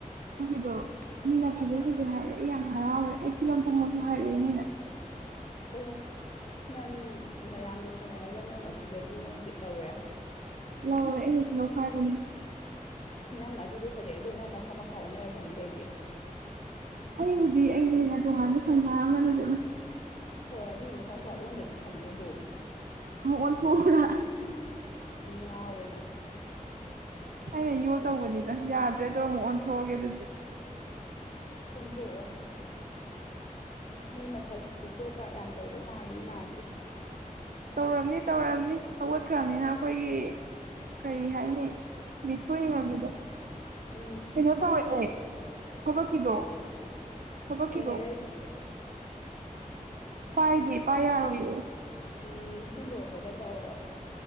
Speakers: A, on the right (about 85°); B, on the left (about 45°).
A: ꯑꯗꯨꯒꯤꯗꯣ ꯃꯤꯅ ꯐꯖꯩ ꯐꯖꯩ ꯍꯥꯏꯔꯛꯑꯦ ꯑꯩ ꯌꯥꯝ ꯍꯔꯥꯎꯔꯦ ꯑꯩ ꯐꯤꯂꯝ ꯀꯨꯝꯕꯁꯨ ꯍꯥꯏꯔꯛꯑꯦ ꯃꯤꯅ
B: ꯎ ꯅꯪ ꯃꯌꯥꯝꯒ ꯁꯥꯟꯅꯔꯒ ꯅꯪ ꯑꯗꯨꯗꯒꯤ ꯅꯪ ꯕꯤꯠ ꯂꯧꯔꯦ
A: ꯂꯧꯔꯦ ꯑꯩꯩꯅꯁꯨ ꯂꯧꯈꯥꯏꯕꯅꯦ
B: ꯅꯪ ꯑꯗꯨꯗꯣ ꯐꯖꯩ ꯑꯗꯣ ꯅꯪ ꯃꯊꯛ ꯃꯈꯥ ꯎꯟꯅꯔ ꯊꯝꯃꯤ ꯀꯩꯒꯤꯦ
A: ꯑꯩꯕꯨꯗꯤ ꯑꯩꯩꯅ ꯍꯦꯟꯅ ꯇꯣꯉꯥꯟꯕ ꯁꯪꯁꯥꯔ ꯑꯃꯗ ꯆꯠꯂꯨ
B: ꯍꯣꯏ ꯑꯗꯨꯗꯤ ꯃꯊꯪ ꯃꯈꯨꯥ ꯑꯣꯟꯗꯕꯤ ꯊꯝꯃꯣ ꯑꯗꯣꯝ
A: ꯃꯣꯊ ꯍꯔ
B: ꯉꯥꯎꯔꯤꯦꯅ
A: ꯑꯩꯅ ꯌꯣ ꯇꯧꯕꯅꯤꯗ ꯌꯥꯗ꯭ꯔꯦꯗꯣ ꯑꯃꯨꯛ ꯑꯣꯟꯊꯣꯛꯑꯒꯦ ꯑꯗꯨꯗꯤ
B: ꯑꯣꯟꯊꯣꯛꯑꯣ ꯅꯣꯏ ꯃꯊꯛꯁꯤꯁꯨ ꯒꯣ ꯀ ꯌꯥꯝ ꯇꯧꯕ ꯃꯥꯜꯂꯤ ꯏꯃꯥꯟꯅꯕꯤ
A: ꯇꯧꯔꯕꯝꯅꯤ ꯇꯧꯔꯝꯅꯤ ꯍꯧꯒꯠꯈ꯭ꯔꯕꯅꯤꯅ ꯑꯩꯈꯣꯏꯒꯤ ꯀꯔꯤ ꯍꯥꯏꯅꯤ ꯃꯤꯊꯣꯏꯏꯉꯝꯕꯤꯗꯣ
B: ꯎꯝ
A: ꯀꯩꯅꯣ ꯇꯧꯔꯛꯑꯦ ꯍꯕ ꯀꯗꯣ
B: ꯀꯩ
A: ꯍꯕ
B: ꯀꯩ
A: ꯀꯗꯣ
B: ꯍꯥꯏꯔꯛꯏꯕ
A: ꯄꯥꯏꯗꯤ ꯄꯥꯏ ꯌꯥꯣꯏ
B: ꯎꯝ ꯁꯤ ꯂꯣꯏꯕꯒ ꯇꯧꯔꯣ